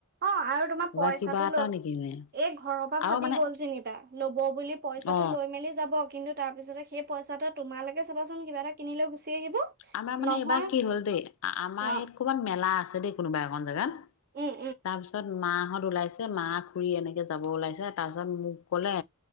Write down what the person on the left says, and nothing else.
বা কিবা এটাও
নিকিনে
আৰু
মানে
অ
আমাৰ মানে
এইবাৰ কি হ'ল দেই, আমাৰ
ইয়াত ক'ৰবাত মেলা আছে দেই কোনোবা এখন জেগাত।
তাৰপিছত মাহত ওলাইছে মাহ খুৰি এনেকে যাব ওলাইছে তাৰ পিছত মোক কলে